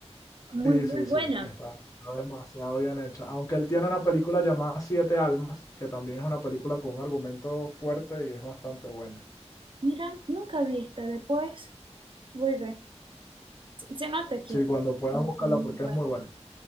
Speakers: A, on the right; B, on the left.
A: muy,
B: Sí,
A: muy
B: sí,
A: buena.
B: sí, está, está demasiado bien hecha. Aunque él tiene una película llamada Siete Almas, que también es una película con un argumento fuerte y es bastante buena.
A: Mira, nunca vi esta, después vuelve. Se, se nota que
B: Sí,
A: es
B: cuando puedas
A: un
B: buscarla
A: actor muy
B: porque
A: bueno,
B: es muy buena.